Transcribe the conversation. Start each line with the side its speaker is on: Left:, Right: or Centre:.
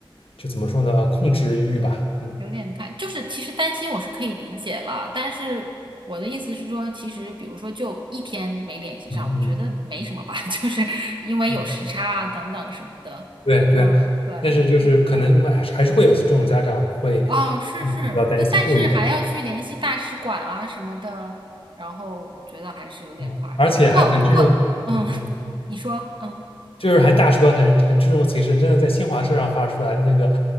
Left: 就怎么说呢，控制欲吧。嗯
Right: 有点太，就是其实担心我是可以理解了，但是我的意思是说，其实比如说就一天没联系上，
Left: 嗯嗯。
Right: 我觉得没什么吧，<laughs> 就是因为有时差啊等等什么的。
Left: 嗯。对对，
Right: 嗯，对，
Left: 但是就是可能哎还是会有这种家长会
Right: 嗯。哦，是是，
Left: 嗯比较担心，
Right: 但但是还要去联系大使馆啊什么的，
Left: 过于担心，
Right: 然后我觉得还是有点夸张。
Left: 嗯，而且还很这种，
Right: 不过不过，嗯，
Left: 嗯嗯，
Right: <laughs> 你说，嗯，
Left: 就是还大使馆很很这种其事，真的在新华社上发出来那个，